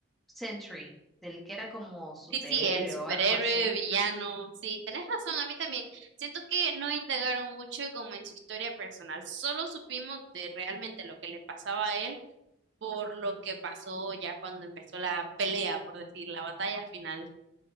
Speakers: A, in the centre; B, on the right (about 60°).
A: Sentry, del que era como superhéroe
B: Sí, sí, el superhéroe,
A: o algo así.
B: villano, sí, tenés razón, a mí también. Siento que no indagaron mucho como en su historia personal, solo supimos de realmente lo que le pasaba a él por lo que pasó ya cuando empezó la pelea, por decir, la batalla final.